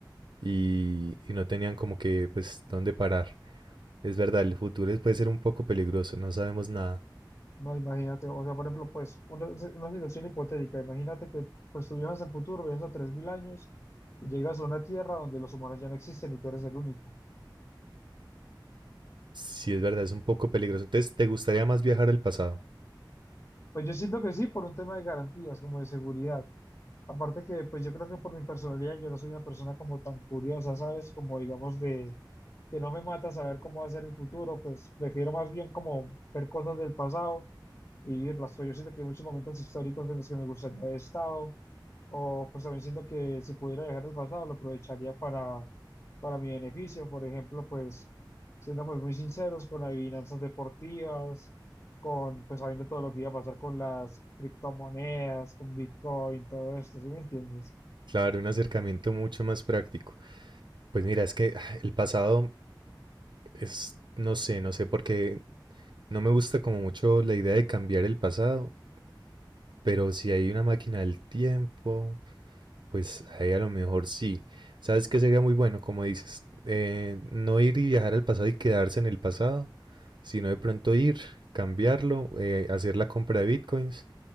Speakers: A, on the right (about 70°); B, on the left (about 40°).
A: y, y no tenían como que, pues, dónde parar. Es verdad, el futuro es- puede ser un poco peligroso, no sabemos nada.
B: No, imagínate, o sea, por ejemplo, pues una, una situación hipotética, imagínate que pues tú viajas al futuro, viajas a 3.000 años y llegas a una tierra donde los humanos ya no existen y tú eres el único.
A: Sí, es verdad, es un poco peligroso. Entonces, ¿te gustaría más viajar al pasado?
B: Pues yo siento que sí, por un tema de garantías, como de seguridad. Aparte que, pues yo creo que por mi personalidad, yo no soy una persona como tan curiosa, ¿sabes? Como digamos de que no me mata saber cómo va a ser el futuro, pues prefiero más bien como ver cosas del pasado y vivirlas. Pues yo siento que hay muchos momentos históricos en los que me gustaría haber estado, o pues también siento que si pudiera viajar al pasado, lo aprovecharía para, para mi beneficio. Por ejemplo, pues siendo pues muy sinceros con adivinanzas deportivas, con pues sabiendo todo lo que iba a pasar con las criptomonedas, con Bitcoin, todo esto, ¿sí me entiendes?
A: Claro, un acercamiento mucho más práctico. Pues mira, es que ah, el pasado es, no sé, no sé por qué No me gusta como mucho la idea de cambiar el pasado, pero si hay una máquina del tiempo, pues ahí a lo mejor sí. ¿Sabes qué sería muy bueno? Como dices, eh, no ir y viajar al pasado y quedarse en el pasado, sino de pronto ir, cambiarlo, eh, hacer la compra de bitcoins